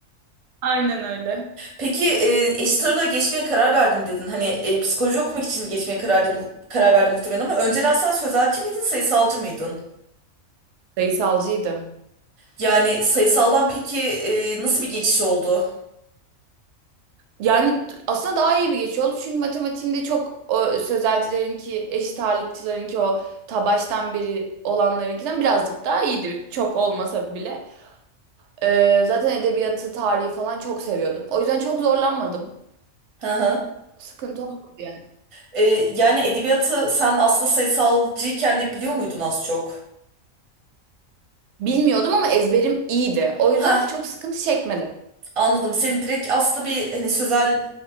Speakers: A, on the right (about 65°); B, on the right (about 35°).
A: Aynen öyle.
B: Peki e, eşit ağırlığa geçmeye karar verdim dedin. Hani e, psikoloji okumak için geçmeye karar, mu- karar verdi muhtemelen ama önceden sen sözelci miydin, sayısalcı mıydın?
A: Sayısalcıydım.
B: Yani sayısaldan peki e, nasıl bir geçiş oldu?
A: Yani aslında daha iyi bir geçiş oldu. Çünkü matematiğimde çok o sözelcilerinki, eşit ağırlıkçılarınki o ta baştan beri olanlarınkinden birazcık daha iyiydi. Çok olmasa bile. Ee, zaten edebiyatı, tarihi falan çok seviyordum. O yüzden çok zorlanmadım.
B: Hı hı.
A: Sıkıntı olmadı yani.
B: E, yani edebiyatı sen aslında sayısalcıyken de biliyor muydun az çok?
A: Bilmiyordum ama ezberim iyiydi. O yüzden
B: Ha,
A: çok sıkıntı çekmedim.
B: anladım. Senin direkt aslında bir hani sözel